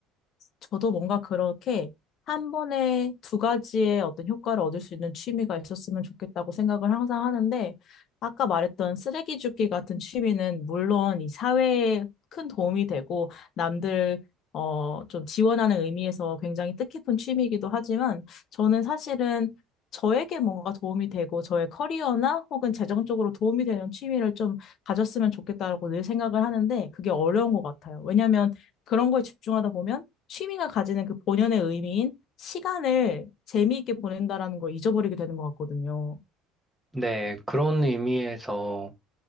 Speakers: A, on the left; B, in the centre.
A: 저도 뭔가 그렇게 한 번에 두 가지의 어떤 효과를 얻을 수 있는 취미가 있었으면 좋겠다고 생각을 항상 하는데, 아까 말했던 쓰레기 줍기 같은 취미는 물론 이 사회에 큰 도움이 되고, 남들, 어, 좀 지원하는 의미에서 굉장히 뜻깊은 취미이기도 하지만, 저는 사실은 저에게 뭔가 도움이 되고, 저의 커리어나 혹은 재정적으로 도움이 되는 취미를 좀 가졌으면 좋겠다라고 늘 생각을 하는데, 그게 어려운 것 같아요. 왜냐면, 하 그런 거에 집중하다 보면 취미가 가지는 그 본연의 의미인 시간을 재미있게 보낸다라는 걸 잊어버리게 되는 것 같거든요.
B: 네, 그런 의미에서